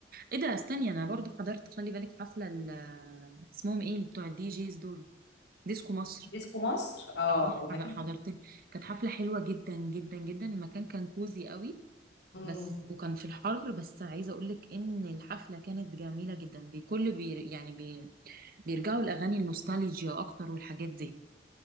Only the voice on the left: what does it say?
ديسكو مصر اه
جمال
امم